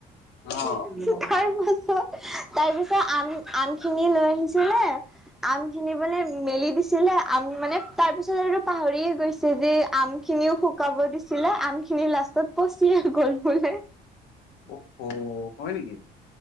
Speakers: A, on the left (about 85°); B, in the centre.
A: অ
B: <unintelligible> তাৰ পাছত তাৰ পিছত আম আম খিনি লৈ আহিছিলে আম খিনি মানে মেলি দিছিলে আম মানে তাৰ পিছত এইটো পাহৰিয়ে গৈছে যে আম খিনিও শুকাব দিছিলে আম খিনি লাষ্ট তাত পচিয়ে গ'ল বোলে।
A: অ হো হয় নেকি?